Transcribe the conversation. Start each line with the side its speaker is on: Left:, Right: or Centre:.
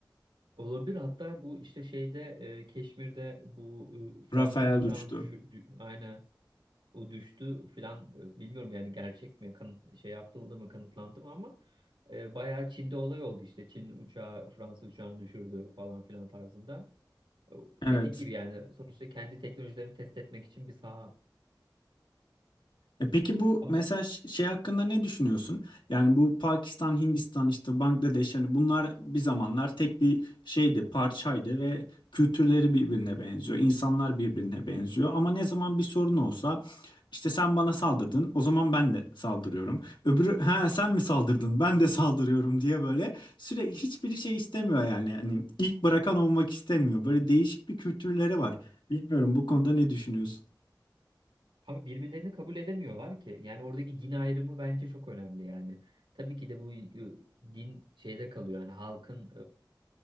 Right: Olabilir hatta bu işte şeyde e, Keşmir'de bu e, Fransız
Left: Rafael
Right: uçağını
Left: uçtu.
Right: düşürdü. Aynen. o düştü filan e, bilmiyorum yani gerçek mi kanıt, şey yapıldı mı kanıtlandı mı ama e, bayağı Çin'de olay oldu işte Çin uçağı Fransız uçağını düşürdü falan filan tarzında. E, Dediğin
Left: Evet.
Right: gibi yani sonuçta kendi teknolojilerini test etmek için bir saha.
Left: E peki bu
Right: Ama
Left: mesaj şey hakkında ne düşünüyorsun? Yani bu Pakistan, Hindistan, işte Bangladeş hani bunlar bir zamanlar tek bir şeydi, parçaydı ve kültürleri birbirine benziyor, insanlar birbirine benziyor. Ama ne zaman bir sorun olsa işte sen bana saldırdın, o zaman ben de saldırıyorum. Öbürü ha sen mi saldırdın, ben de saldırıyorum diye böyle sürekli hiçbiri şey istemiyor yani. Hani ilk bırakan olmak istemiyor. Böyle değişik bir kültürleri var. Bilmiyorum bu konuda ne düşünüyorsun?
Right: Abi birbirlerini kabul edemiyorlar ki. Yani oradaki din ayrımı bence çok önemli yani. Tabii ki de bu e, din şeyde kalıyor yani halkın